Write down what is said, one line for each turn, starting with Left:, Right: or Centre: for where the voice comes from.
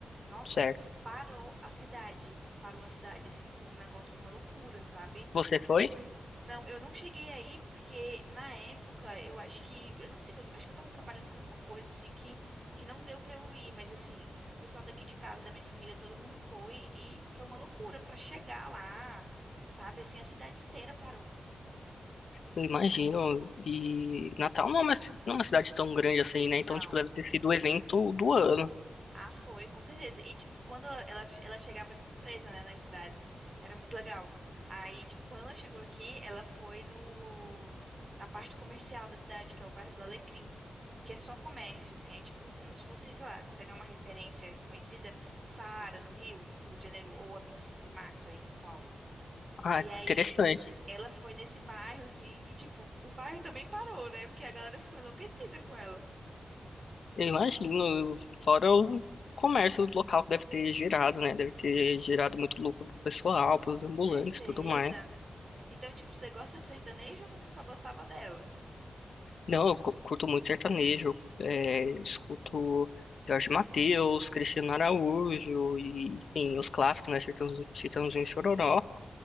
Right: Nossa,
Left: Certo.
Right: parou a cidade. Parou a cidade, assim, foi um negócio, uma loucura, sabe?
Left: Você foi?
Right: Não, eu não cheguei aí porque na época eu acho que, eu não sei, eu acho que eu tava trabalhando com alguma coisa assim que que não deu pra eu ir, mas assim, o pessoal daqui de casa, da minha família, todo mundo foi e foi uma loucura pra chegar lá, sabe? Assim, a cidade inteira parou.
Left: Eu imagino. E Natal não é uma, ci- não é uma cidade tão grande assim, né?
Right: Não.
Left: Então, tipo, deve ter sido o evento do ano.
Right: Ah, foi, com certeza. E, tipo, quando ela, ela, ela chegava de surpresa, né, nas cidades, era muito legal. Aí, tipo, quando ela chegou aqui, ela foi no, na parte comercial da cidade, que é o bairro do Alecrim, que é só comércio, assim, é tipo como se fosse, sei lá, pegar uma referência conhecida, o Saara, no Rio, no Rio de Janeiro, ou a 25 de março, aí em São Paulo.
Left: Ah,
Right: E aí,
Left: interessante.
Right: ela foi nesse bairro, assim, e, tipo, o bairro também parou, né, porque a galera ficou enlouquecida com ela.
Left: Eu imagino, fora o comércio local que deve ter gerado, né? Deve ter gerado muito lucro pro pessoal, pros
Right: Com
Left: ambulantes,
Right: certeza.
Left: e tudo mais.
Right: Então, tipo, você gosta de sertanejo ou você só gostava dela?
Left: Não, eu cu- curto muito sertanejo, é, escuto Jorge Mateus, Cristiano Araújo e, enfim, os clássicos, né? Chitãozinho, Chitãozinho e Chororó.